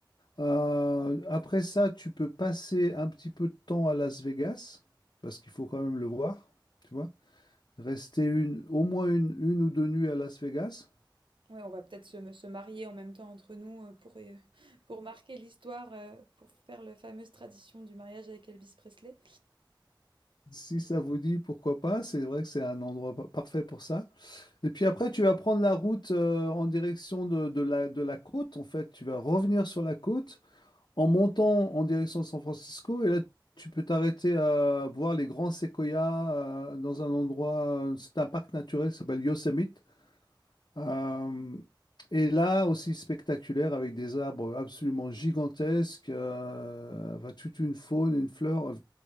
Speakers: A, on the left; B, on the right.
A: Euh, après ça, tu peux passer un petit peu de temps à Las Vegas, parce qu'il faut quand même le voir. tu vois. rester une, au moins une, une ou deux nuits à Las Vegas.
B: Ouais, on va peut-être se, se marier en même temps entre nous euh, pour, euh, <laughs> pour marquer l'histoire, euh, pour faire la fameuse tradition du mariage avec Elvis Presley.
A: Si ça vous dit, pourquoi pas. C'est vrai que c'est un endroit pa- parfait pour ça. Et puis après, tu vas prendre la route euh, en direction de, de la, de la côte. En fait, tu vas revenir sur la côte en montant en direction de San Francisco. Et là, tu peux t'arrêter à voir les grands séquoias euh, dans un endroit. euh, C'est un parc naturel qui s'appelle Yosemite. Euh, et là aussi spectaculaire avec des arbres absolument gigantesques, euh, enfin, toute une faune, une fleur, euh,